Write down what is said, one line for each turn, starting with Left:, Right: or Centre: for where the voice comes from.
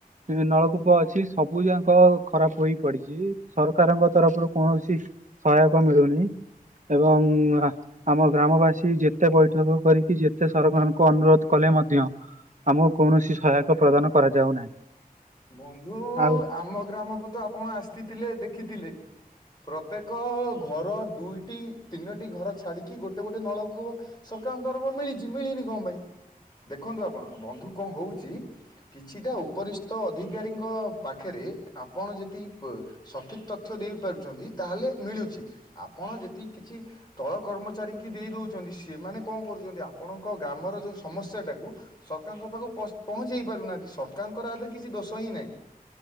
Right: ଇଁ ନଳକୂପ ଅଛି ସବୁ ଯାକ ଖରାପ ହୋଇ ପଡିଚି ସରକାରଙ୍କ ତରଫରୁ କୌଣସି ସହାୟକ ମିଳୁ ନାହିଁ ଏବଂ ଆ-ଆମ ଗ୍ରାମବାସୀ ଇ ଯେତେ ବୈଠକ କରିକି ଯେତେ ସରକାରଙ୍କୁ ଅନୁରୋଧ କଲେ ମଧ୍ୟ ଆମକୁ କୌଣସି ସହାୟକ ପ୍ରଦାନ କରାଯାଉ ନାହିଁ।
Left: ବନ୍ଧୁ
Right: ଆଉ
Left: ଆମ ଗ୍ରାମକୁ ତ ଆପଣ ଆସିଥିଲେ ଦେଖିଥିଲେ। ପ୍ରତ୍ୟେକ ଘର ଦୁଇଟି ତିନୋଟି ଘର ଛାଡିକି ଗୋଟେ ଗୋଟେ ନଳକୂଅ ସରକାର ତରଫରୁ ମିଳିଚି ମିଳିନି କଣ ପାଇଁ। ଦେଖନ୍ତୁ ଆପଣ ବନ୍ଧୁ କଣ ହଉଚି କିଛିଟା ଉପରିଷ୍ଟ୍ ଟ ଅଧିକାରୀଙ୍କ ପାଖେରେ ଆପଣ ଯଦି ପ ସଠିକ ତଥ୍ୟ ଦେଇପାରୁଚନ୍ତି ତାହେଲେ ଏ ମିଳୁଚି ଆପଣ ଯଦି କିଛି ତଳ କର୍ମଚାରୀ ଙ୍କି ଦେଇ ଦଉଚନ୍ତି ସେମାନେ କଣ କରୁଚନ୍ତି ଆ ଆପଣଙ୍କ ଗ୍ରାମର ଯୋଉ ସମସ୍ୟା ଟାକୁ ସରକାରଙ୍କ ପାଖକୁ ପସ୍ ପହଁଞ୍ଚେଇ ପାରୁନାହାନ୍ତି ସରକାରଙ୍କର ଆ ଧିଅରେ କିଛି ଦୋଷ ହିଁ ନାଇଁ।